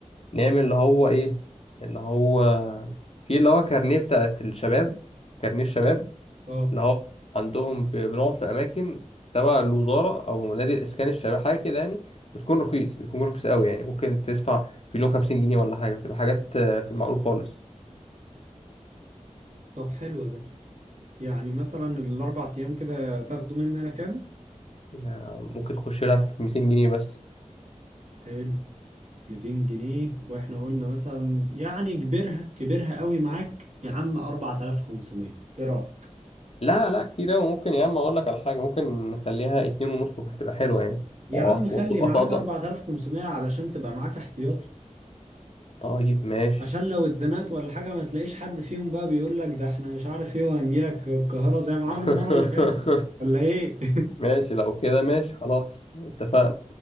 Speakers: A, on the left (about 55°); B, on the right (about 65°).
A: نعمل اللي هو ايه اللي هو في اللي هو كارنيه بتاعت الشباب كارنيه الشباب
B: اه
A: اللي هو عندهم ب- بنقعد في أماكن تبع الوزارة أو نادي الإسكان الشباب حاجة كده يعني بتكون رخيص بيكون رخيص قوي يعني ممكن تدفع في اليوم 50 جنيه ولا حاجة بتبقى حاجات آه، في المعقول خالص
B: طب حلو ده يعني مثلا الاربع ايام كده تاخدوا مننا كام
A: آه، ممكن تخش لها في 200 جنيه بس
B: حلو 200 جنيه واحنا قلنا مثلا يعني كبرها كبرها قوي معاك يا عم 4500 ايه رأيك
A: لا لا كتير أوي ممكن يا عم أقول لك على حاجة ممكن نخليها اتنين ونص وهتبقى حلوة يعني
B: يا
A: وأط-
B: عم خلي
A: وأط-
B: معاك
A: وأتقدر
B: 4500 علشان تبقى معاك احتياطي
A: طيب ماشي
B: عشان لو اتزنقت ولا حاجة ما تلاقيش حد فيهم بقى بيقول لك ده احنا مش عارف ايه وهنجيلك القاهرة زي ما عملوا
A: <laughs>
B: المرة اللي فاتت ولا ايه <laughs>
A: ماشي لو كده ماشي خلاص اتفقنا